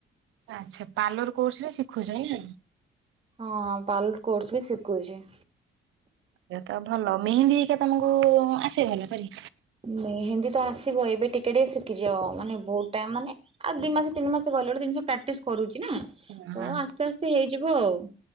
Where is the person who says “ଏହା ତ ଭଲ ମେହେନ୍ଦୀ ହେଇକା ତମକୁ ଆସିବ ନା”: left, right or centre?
Right